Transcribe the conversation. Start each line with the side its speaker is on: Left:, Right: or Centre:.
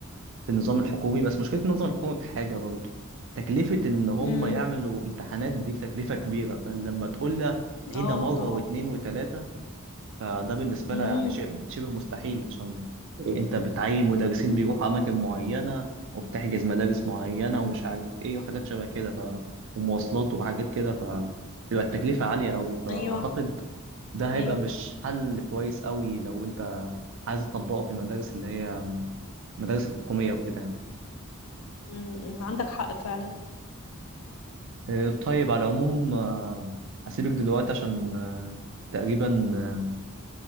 Right: في النظام الحكومي بس مشكلة النظام الحكومي في حاجة برضه تكلفة إن هم
Left: امم
Right: يعملوا امتحانات دي تكلفة كبيرة فلما تقول لها عيدها
Left: اه
Right: مرة
Left: طبعا
Right: واتنين وتلاتة فده بالنسبة
Left: امم
Right: لها يعني شيء شبه مستحيل عشان أنت بتعين مدرسين بيروحوا أماكن معينة وبتحجز مدارس معينة
Left: فعلا
Right: ومش عارف إيه وحاجات شبه كده ف ومواصلات وحاجات كده فتبقى التكلفة عالية قوي فأعتقد
Left: ايوه
Right: ده هيبقى
Left: ايوه
Right: مش حل كويس قوي لو أنت عايز تطبقه في المدارس اللي هي المدارس الحكومية وكده يعني
Left: امم عندك حق فعلا
Right: آه، طيب على العموم آه، أسيبك دلوقتي عشان آه، تقريبا آه،